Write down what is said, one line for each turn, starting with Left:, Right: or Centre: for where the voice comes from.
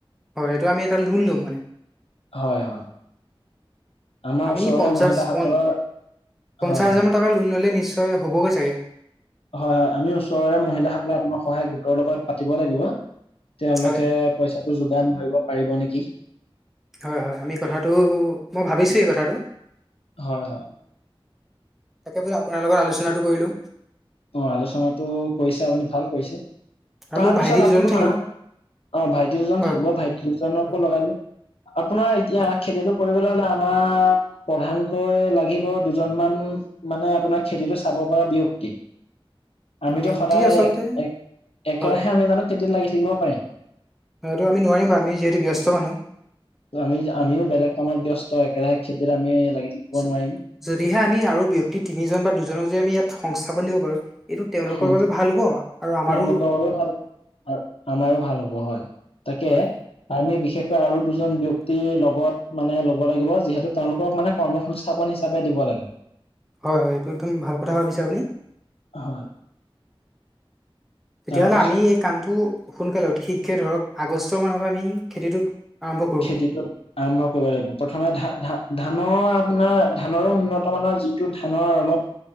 Centre: হয়, এইটো আমি এটা লোন ল'ম মানে।
Left: হয়, হয়। আমাৰ
Centre: আমি
Left: ওচৰৰে
Centre: পঞ্চাশ
Left: মহিলাসকলৰ
Centre: পঞ্চাশ
Left: হয়
Centre: হাজাৰ
Left: হয়
Centre: মান টকাৰ লোন ল'লে নিশ্চয় হ'বগৈ চাগে?
Left: হয়, হয়, আমি ওচৰৰে মহিলাসকলে আত্মসহায়ক গোটৰ লগত পাতিব লাগিব। তেওঁলোকে
Centre: হয়
Left: পইচাটো যোগান ধৰিব পাৰিব নেকি?
Centre: হয়, হয়, আমি কথাটো মই ভাবিছোঁ এই কথাটো।
Left: হয়, হয়।
Centre: তাকে বোলে আপোনাৰ লগত আলোচনাটো কৰি লও।
Left: অ', আলোচনাতো কৰিছে আপুনি ভাল কৰিছে
Centre: আৰু
Left: তাৰপিছত
Centre: মোৰ ভাইটি দুজনো
Left: আপোনাৰ
Centre: থাকিব
Left: অ', ভাইটি দুজন
Centre: হয়
Left: থাকিব ভাইটি দুজনকো
Centre: হয়
Left: লগাই দিলোঁ। আপোনাৰ এতিয়া
Centre: হয়
Left: খেতিটো কৰিবলৈ হ'লে আমাৰ প্ৰধানকৈ লাগিব দুজনমান মানে আপোনাৰ খেতিটো চাব পৰা ব্যক্তি। আমিতো
Centre: ব্যক্তি
Left: সদায়
Centre: আচলতে
Left: এক-একেৰাহে
Centre: হয়
Left: আমি জানো খেতিত লাগি থাকিব পাৰিম?
Centre: এইটো আমি নোৱাৰিম বাৰু আমি যিহেতু ব্যস্ত মানুহ।
Left: আমি আমিও বেলেগ কামত ব্যস্ত একেৰাহে খেতিত আমি লাগি থাকিব
Centre: য-
Left: নোৱাৰিম।
Centre: যদিহে আমি আৰু ব্যক্তি তিনিজন বা দুজনক যদি আমি ইয়াত সংস্থাপন দিব পাৰো। এইটো তেওঁলোকৰ
Left: হ
Centre: বাবে ভাল হ'ব আৰু আমাৰো
Left: তেওঁলোকৰো ভাল আৰু আমাৰো ভাল হব হয় তাকে
Centre: হয়
Left: আমি বিশেষকৈ আৰু দুজন ব্যক্তি লগত মানে লব লাগিব যিহেতু তেওঁলোকক মানে কৰ্মসং স্থাপন হিচাপে দিব লাগে।
Centre: হয় হয় এইটো একদম ভাল কথা ভাবিছে আপুনি
Left: হয়
Centre: তেতিয়াহ'লে
Left: তাৰপিছত
Centre: আমি কামটো সোনকালে অতি শীঘ্ৰে ধৰক আগষ্টৰ মানৰ পৰা আমি খেতিটোত আৰম্ভ কৰো
Left: খেতিটো আৰম্ভ কৰিব লাগিব প্ৰথমে ধা ধা ধানৰ আপোনাৰ ধানৰো উন্নত মানৰ যিটো ধানৰ অলপ